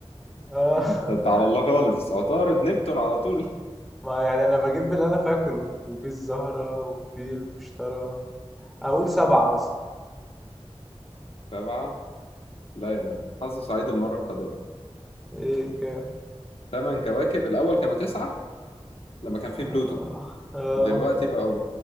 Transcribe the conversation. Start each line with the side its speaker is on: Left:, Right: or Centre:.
Centre: آه.
Left: ده انت
Centre: <laughs>
Left: على الله خالص عطارد نبتون على طول
Centre: ما يعني انا بجيب اللي انا فاكره وفي الزهرة وفي المشتري اقول سبعة مثلا
Left: سبعة لا يا مان حظ سعيد المرة القادمة
Centre: ايه كام
Left: ثمان كواكب الأول كانوا تسعة لما كان في
Centre: آه.
Left: بلوتو
Centre: آه.
Left: دلوقتي بقوا